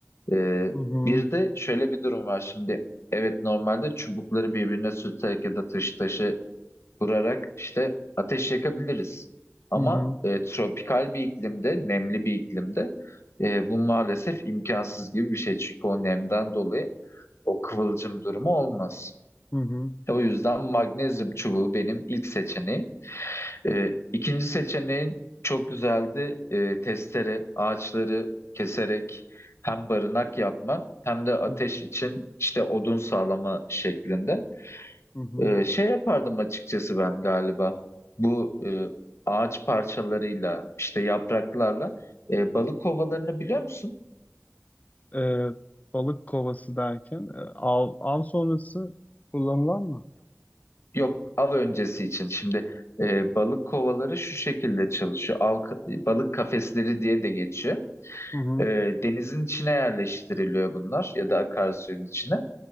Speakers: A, on the left (about 70°); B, on the left (about 30°).
A: Ee,
B: Hı hı.
A: bir de şöyle bir durum var şimdi. Evet normalde çubukları birbirine sürterek ya da taşı taşı vurarak işte ateş yakabiliriz. Ama
B: Hı hı.
A: e, tropikal bir iklimde, nemli bir iklimde e, bu maalesef imkansız gibi bir şey. Çünkü o nemden dolayı o kıvılcım durumu olmaz.
B: Hı hı.
A: E, O yüzden magnezyum çubuğu benim ilk seçeneğim. Ee, ikinci seçeneğin çok güzeldi. Ee, testere, ağaçları keserek hem barınak yapma hem de ateş
B: Hı hı.
A: için işte odun sağlama şeklinde.
B: Hı hı.
A: Ee, şey yapardım açıkçası ben galiba. Bu e, ağaç parçalarıyla işte yapraklarla e, balık kovalarını biliyor musun?
B: Ee, balık kovası derken e, av, av sonrası kullanılan mı?
A: Yok, av öncesi için. Şimdi e, balık kovaları şu şekilde çalışıyor. Av, balık kafesleri diye de geçiyor.
B: Hı hı.
A: E, denizin içine yerleştiriliyor bunlar ya da akarsuyun içine.